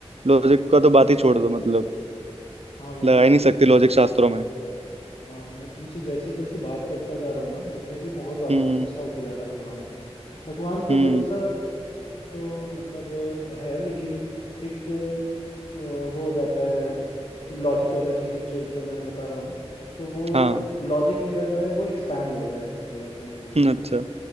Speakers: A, on the right (about 65°); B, on the left (about 65°).
A: लॉजिक का तो बात ही छोड़ दो मतलब
B: हाँ भाई
A: लगा
B: मतलब
A: ही नहीं सकते लॉजिक शास्त्रों में
B: हाँ मैं तुमसे जैसे जैसे बात करता जा रहा हूँ ना मुझे भी बहुत ज्यादा
A: हम्म
B: भरोसा होते जा रहा है भगवान पे भगवान पे
A: हम्म
B: भरोसा तो मतलब अ, है लेकिन एक अ, वो हो जाता है लॉजिक वाला चीज जो जो मैं बता रहा हूँ ना तो वो
A: हाँ
B: लॉजिक मेरा जो है वो एक्सपैंड हो रहा है एक तरह से मैं बोलूँ
A: हम्म,
B: तो
A: अच्छा